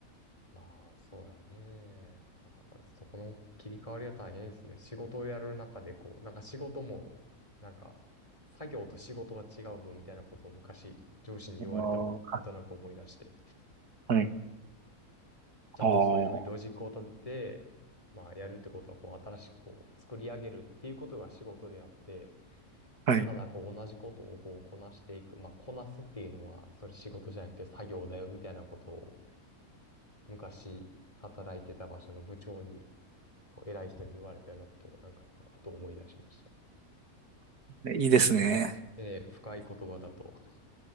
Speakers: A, on the left; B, on the right.
A: まあそうやね。まあそこの切り替わりは大変ですね。仕事をやる中でこう、なんか仕事も、なんか、作業と仕事が違うぞみたいなことを昔上司に言われたこと、
B: あー
A: なんとなく思い出して。
B: はい。
A: ちゃんとそういうふうにロジックを立てて、
B: ああ、
A: まあやるってことはこう新しくこう作り上げるっていうことが仕事であって、
B: はい。
A: ただこう同じことをこうこなしていく、まあこなすっていうのはそれ仕事じゃなくて作業だよみたいなことを昔働いてた場所の部長にこう偉い人に言われたようなことをなんか今ふと思い出しました。
B: ねいいですね。
A: でね、深い言葉だと